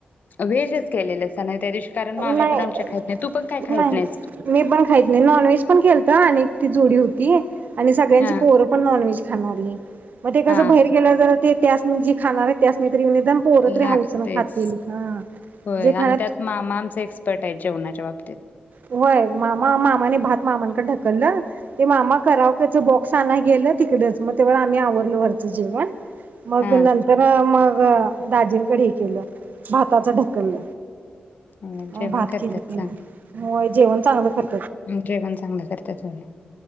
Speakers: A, on the left (about 60°); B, on the right (about 60°).
A: व्हेजच केलेलस का नाय त्या दिवशी कारण मग आम्ही
B: नाही
A: पण आमच्या खात नाही तू पण काय खात
B: नाही
A: नाहीस
B: मी पण खाईत नाही नॉनव्हेज पण केलता. आणि एक ती जोडी होती. आणि सगळ्यांची
A: हा
B: पोरं पण नॉनव्हेज <unintelligible> मग ते कस
A: हा
B: बहेर गेल्यावर जरा ते त्यासनी जे खाणारये त्यासनी की निदान पोर तरी
A: लागतेच
B: हाऊसन खातील हा
A: होय
B: जे खाया
A: आणि त्यात मामा आमच एक्सपर्ट हेत जेवणाच्या बाबतीत
B: होय मामा मामाने भात मामांक ढकलल ते मामा कराव कच बॉक्स आनाय गेल तिकडच मग तवा आम्ही आवरल वरच जेवण मग
A: हा
B: नंतर मग व दाजींकड हे केल भाताच ढकलल
A: होय,
B: म
A: जेवण
B: भात
A: करतात
B: केल तीन
A: चांगलं
B: <inaudible> जेवण चागलं क
A: जेवण चागलं करत्यात चागलं